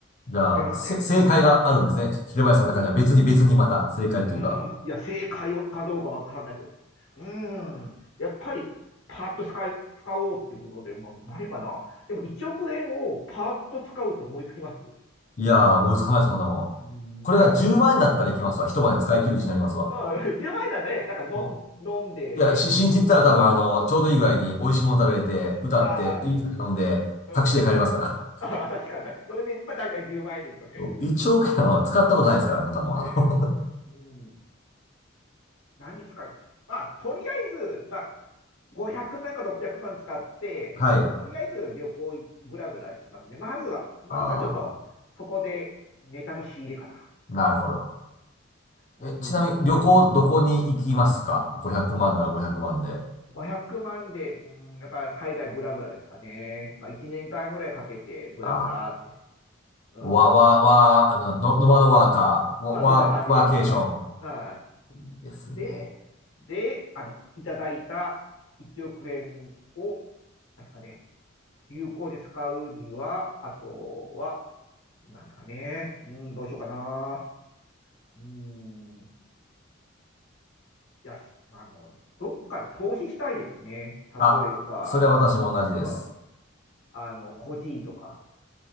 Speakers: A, on the left (about 35°); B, on the left (about 75°).
A: じゃあ、
B: 違いますかね。
A: せ、正解があるんですね。平林さんの中には別に別にまた正解というか。
B: うん。うん。いや、正解かどうかわかんないけど、うん。やっぱり、パーッと使い、使おうっていうことで、まあ、何かな。でも1億円をパーッと使うって思いつきますう
A: いやー、思いつかないです、そんなもん。
B: ーん
A: これが10万円だったらいけますわ。一晩で使い切る自信ありますわ。
B: うん、10万円ならね、だから飲ん、
A: も
B: 飲んで、
A: いや、し新地行ったら多分あの、ちょうどいい具合に美味しいもの食べれて、歌って、
B: あ
A: いい酒飲んで、
B: ー、
A: タクシーで帰れますから。
B: うんうん。あ、<laughs> 確かに。それで、まあ大体10万円ですよね。
A: そう億円は使ったことないですから、
B: <laughs>
A: そんなもん。
B: ねえ。
A: あの
B: うん。何使うまあ、とりあえず、まあ、500万か600万使って、
A: <laughs> はい。
B: とりあえず旅行い、ブラブラしますね。まずは、まずはちょっと、
A: ああ、
B: そこでネタの仕入れかな。
A: なるほど。
B: うん。
A: え、ちなみに旅行どこに行きますか
B: うん
A: ?500 万なら500万で。
B: 500万で、うん、やっぱ海外ブラブラですかね。まあ、1年間ぐらいかけてブラブラって。
A: あ
B: うん。
A: あ、わ、わ、わ、あの、ノ、ノマドワーカー、わ、
B: まあ、
A: ワワーケーション。
B: そんな感じで、はい。は
A: いいですね。
B: い。で、で、あの、いただいた1億円を、なんすかね、有効に使うには、あとは、なんすかね、うん、どうしようかな。うん、いや、しあの、どっかに投資したいですね。例えば、
A: あ、それは私も同じです。
B: うん、あの、コジーとか、